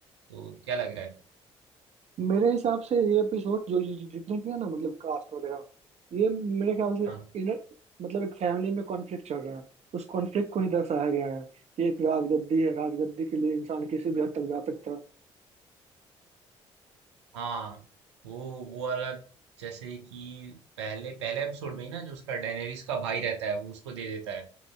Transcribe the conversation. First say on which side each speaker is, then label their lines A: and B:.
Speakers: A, on the right; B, on the right.
A: तो क्या लग रहा है
B: मेरे हिसाब से ये एपिसोड जो जो- जो- जितने भी है ना मतलब कास्ट वगैरह ये मेरे ख्याल से
A: हाँ
B: इनर मतलब एक फैमिली में कॉन्फ्लिक्ट चल रहा है उस कॉन्फ्लिक्ट को ही दर्शाया गया है कि एक राजगद्दी है राजगद्दी के लिए इंसान किसी भी हद तक जा सकता है
A: हाँ वो वो वाला जैसे कि पहले पहले एपिसोड में ही ना जो उसका डेनेरिस का भाई रहता है वो उसको दे देता है